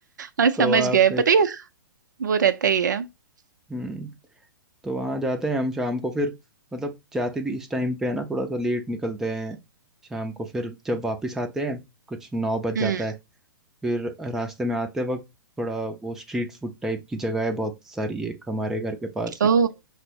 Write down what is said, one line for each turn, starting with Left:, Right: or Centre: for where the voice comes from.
Right: और
Centre: तो
Right: समझ
Centre: आप
Right: गए पता है वो रहता ही है
Centre: हम्म तो वहां जाते हैं हम शाम को फिर मतलब जाते भी इस टाइम पे है ना थोड़ा सा लेट निकलते हैं शाम को फिर जब वापस आते हैं कुछ नौ बज
Right: हम्म
Centre: जाता है फिर रास्ते में आते वक्त थोड़ा वो स्ट्रीट फूड टाइप की जगह है बहुत सारी एक हमारे घर के पास
Right: ओ
Centre: ही